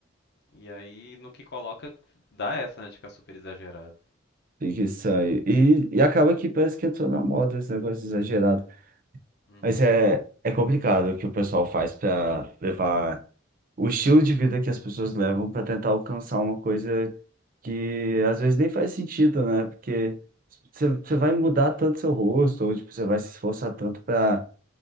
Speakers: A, on the left; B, on the right.
A: E aí, no que coloca, dá essa, né, de ficar super exagerado.
B: Tem que sair. E, e acaba que parece que entrou na moda esse negócio exagerado.
A: Uhum,
B: Mas é, é complicado o que o pessoal faz para levar o estilo de vida que as pessoas levam para tentar alcançar uma coisa que às vezes nem faz sentido, né? Porque você você vai mudar tanto seu rosto, ou tipo, você vai se esforçar tanto para